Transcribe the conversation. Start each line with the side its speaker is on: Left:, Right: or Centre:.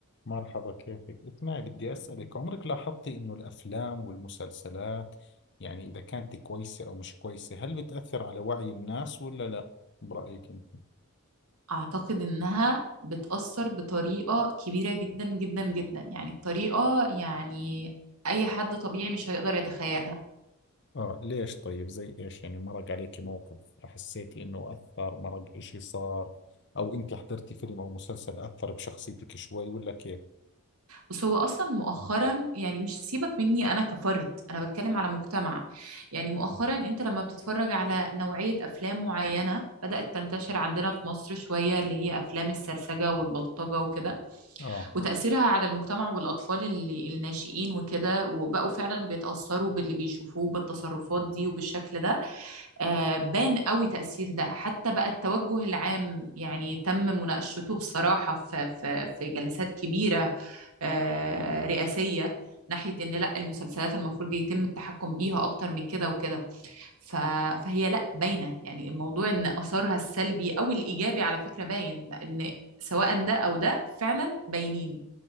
Left: مرحبا كيفك؟ اسمعي بدي أسألك عمرك لاحظتي إنه الأفلام والمسلسلات يعني إذا كانت كويسة أو مش كويسة هل بتأثر على وعي الناس ولا لا؟ برأيك أنت؟
Right: أعتقد إنها بتأثر بطريقة كبيرة جدا جدا جدا يعني الطريقة يعني أي حد طبيعي مش هيقدر يتخيلها
Left: آه ليش طيب زي إيش يعني مرق عليك موقف حسيتي إنه أثر مرق إشي صار أو أنت حضرتي فيلم أو مسلسل أثر بشخصيتك شوي ولا كيف؟
Right: بس هو أصلا مؤخرا يعني مش سيبك مني أنا كفرد أنا بتكلم على مجتمع يعني مؤخرا أنت لما بتتفرج على نوعية أفلام معينة بدأت تنتشر عندنا في مصر شوية اللي هي أفلام السرسجة والبلطجة وكده
Left: آه
Right: وتأثيرها على المجتمع والأطفال اللي الناشئين وكده وبقوا فعلا بيتأثروا باللي بيشوفوه بالتصرفات دي وبالشكل ده آه بان قوي تأثير ده حتى بقى التوجه العام يعني تم مناقشته بصراحة في في في جلسات كبيرة آه رئاسية ناحية إن لا المسلسلات المفروض يتم التحكم بيها أكتر من كده وكده ف... فهي لا باينة يعني الموضوع إن آثارها السلبي أو الإيجابي على فكرة باين إن سواء ده أو ده فعلا باينين